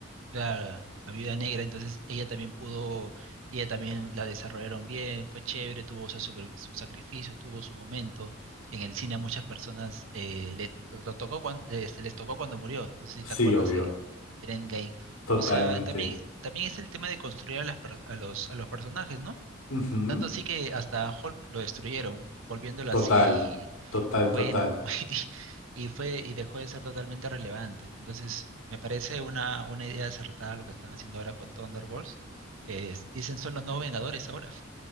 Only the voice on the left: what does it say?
Sí,
obvio,
totalmente.
Ujú.
Total,
total,
total.